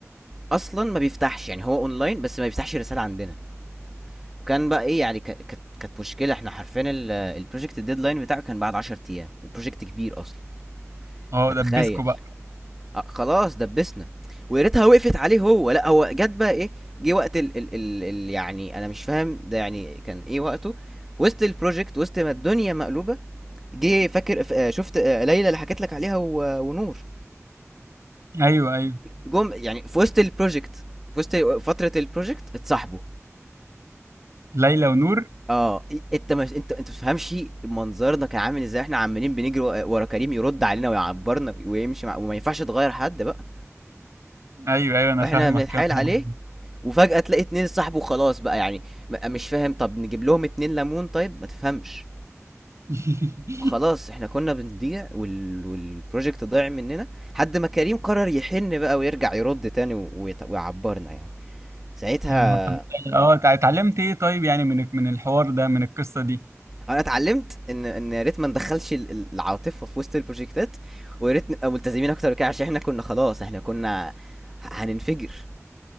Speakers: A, in the centre; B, on the right.
A: اصلا ما بيفتحش يعني هو اونلاين بس ما بيفتحش الرساله عندنا وكان بقى ايه يعني ك- كانت كانت مشكله احنا حرفيا البروجكت الديدلاين بتاعه كان بعد 10 ايام وبروجكت كبير اصلا
B: اه
A: فتخيل
B: دبسكوا بقى
A: آه، خلاص دبسنا ويا ريتها وقفت عليه هو لا هو جت بقى ايه جه وقت ال ال ال ال يعني انا مش فاهم ده يعني كان ايه وقته وسط البروجكت وسط ما الدنيا مقلوبه جه فاكر ف- آه، شفت آه، ليلى اللي حكيت لك عليها و- ونور
B: ايوه ايوه
A: جم يعني في وسط البروجكت في وسط فتره البروجكت اتصاحبوا
B: ليلى ونور
A: اه إيه- انت مش انت انت متفهمش منظرنا كان عامل ازاي احنا عمالين بنجري ورا ورا كريم يرد علينا ويعبرنا ويمشي مع... وما ينفعش تغير حد بقى
B: ايوه ايوه انا
A: واحنا
B: فاهمك
A: بنتحايل
B: يا
A: عليه
B: نهار أبيض.
A: وفجأة تلاقي اتنين صاحبه خلاص بقى يعني م- مش فاهم طب نجيب لهم اتنين ليمون طيب ما تفهمش
B: <laughs>
A: خلاص احنا كنا بنضيع وال... والبروجكت ضايع مننا حد ما كريم قرر يحن بقى ويرجع يرد تاني و... ويت- ويعبرنا يعني ساعتها
B: يا نهار طب إنت- اه تع- اتعلمت ايه طيب يعني من من الحوار ده من القصه دي
A: انا اتعلمت ان ان يا ريت ما ندخلش ال- ال- العاطفه في وسط البروجكتات ويا ريت نبقى ملتزمين اكتر كده عشان احنا كنا خلاص احنا كنا ه- هننفجر